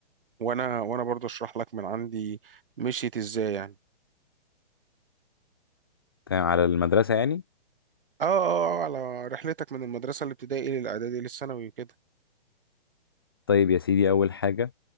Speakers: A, on the right; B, on the left.
A: وانا وانا برضه اشرح لك من عندي مشيت ازاي يعني
B: تمام على المدرسة يعني
A: اه اه آه، على رحلتك من المدرسه الابتدائي للاعدادي للثانوي وكده
B: طيب يا سيدي اول حاجة